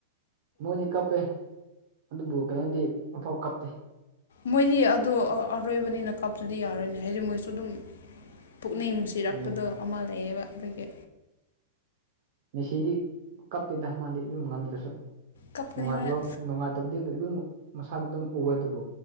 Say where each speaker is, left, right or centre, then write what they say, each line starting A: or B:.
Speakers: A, on the right; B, on the left.
A: ꯃꯣꯏꯗꯤ ꯀꯞꯄꯦ ꯑꯗꯨꯕꯨ ꯀꯩꯅꯣꯗꯤ ꯑꯐꯥꯎ ꯀꯞꯇꯦ
B: ꯃꯣꯏꯗꯤ ꯑꯗꯨꯣ ꯑꯔꯣꯏꯕꯅꯤꯅ ꯀꯞꯇꯗꯤ ꯌꯥꯔꯣꯏꯅꯦ ꯍꯥꯏꯗꯤ ꯃꯣꯏꯁꯨ ꯑꯗꯨꯝ ꯄꯨꯛꯅꯤꯡ ꯅꯨꯡꯁꯤꯔꯛꯄꯗꯣ
A: ꯑꯗꯨꯅꯦ
B: ꯑꯃ ꯂꯩꯌꯦꯕ ꯑꯗꯒꯤ
A: ꯉꯁꯤꯗꯤ ꯀꯞꯇꯦꯗ ꯃꯥꯗꯤ ꯑꯗꯨꯝ ꯉꯝꯗ꯭ꯔꯁꯨ
B: ꯀꯞꯀꯅꯤ
A: ꯅꯨꯡꯉꯥꯏꯇꯕ
B: ꯍꯣꯔꯦꯟ
A: ꯅꯨꯡꯉꯥꯏꯇꯕꯗꯤꯝ ꯃꯁꯥꯗ ꯑꯗꯨꯝ ꯎꯑꯦ ꯑꯗꯨꯕꯨ